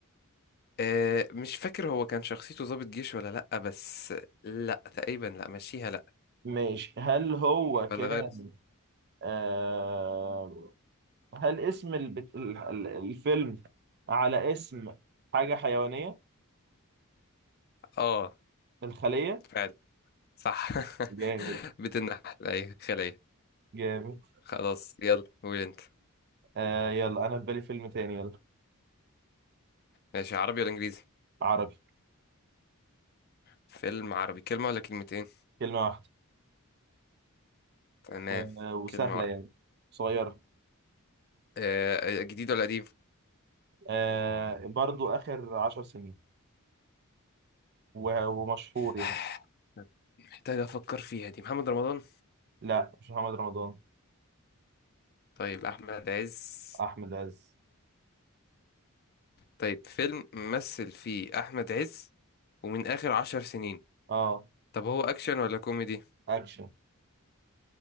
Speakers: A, on the left (about 45°); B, on the right (about 50°).
A: آه مش فاكر هو كان شخصيته ضابط جيش ولا لا بس لا تقريبا لا مشيها لا
B: ماشي هل هو
A: ولا
B: كان
A: غير
B: آه... هل اسم البت... ال- ال- الفيلم على اسم حاجه حيوانيه
A: اه
B: الخليه
A: فعلا صح <laughs>
B: جامد
A: بتنحل ايوه خلية
B: جامد
A: خلاص يلا قول انت
B: آه يلا انا في بالي فيلم تاني يلا
A: ماشي عربي ولا انجليزي
B: عربي
A: فيلم عربي كلمة ولا كلمتين
B: كلمه واحده
A: تمام
B: و... وسهله
A: كلمة واحدة
B: يعني صغيره
A: آه آه، جديد ولا قديم
B: آه برضو اخر عشر سنين و... ومشهور يعني
A: <sighs> محتاج أفكر فيها دي محمد رمضان
B: لا مش محمد رمضان
A: طيب أحمد عز
B: احمد عز
A: طيب فيلم مثل فيه أحمد عز ومن آخر عشر سنين
B: اه
A: طب هو أكشن ولا كوميدي
B: اكشن